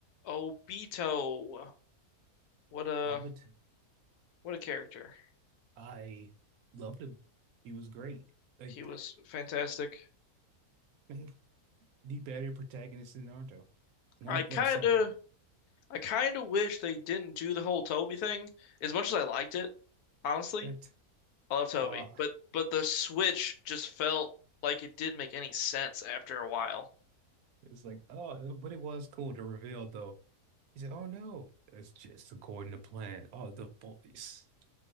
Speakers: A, on the left; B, on the right.
A: Obito. What a
B: Ovid,
A: what a character.
B: I loved him. He was great. Like,
A: He was fantastic.
B: <clears throat> I think the better protagonist in Naruto. One
A: I
B: of,
A: kind
B: well, some,
A: of I kind of wish they didn't do the whole Toby thing. As much as I liked it, honestly,
B: it,
A: I love Toby,
B: uh,
A: but but the switch just felt like it didn't make any sense after a while.
B: it was like, oh, but it was cool to reveal, though. He said, oh, no, that's just according to plan. Oh, the voice.